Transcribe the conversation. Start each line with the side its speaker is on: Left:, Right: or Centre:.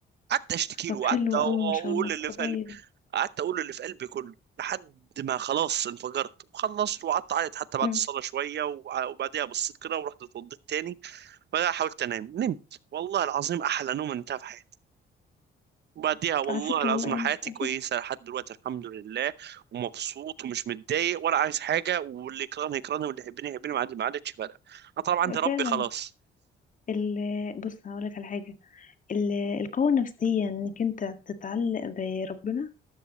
Right: قعدت اشتكي
Left: طب
Right: له وقعدت
Left: حلو
Right: اقول
Left: أوي ما شاء الله
Right: اللي
Left: كويس
Right: قعدت اقول اللي في قلبي كله لحد ما خلاص انفجرت وخلصت وقعدت اعيط حتى بعد
Left: م.
Right: الصلاه شويه وع- وبعديها بصيت كده ورحت اتوضيت تاني وبعدها حاولت انام نمت والله العظيم احلى نوم انتهى في حياتي وبعديها والله
Left: على فكرة
Right: العظيم
Left: والله يعني
Right: حياتي
Left: أكيد
Right: كويسه لحد دلوقتي الحمد لله ومبسوط ومش متضايق ولا عايز حاجه واللي يكرهني يكرهني واللي يحبني يحبني ما عاد- ما عادتش فارقه انا طبعا عندي ربي
Left: فعلا
Right: خلاص
Left: ال بص هقولك على حاجة ال- القوة النفسية إنك أنت تتعلق بربنا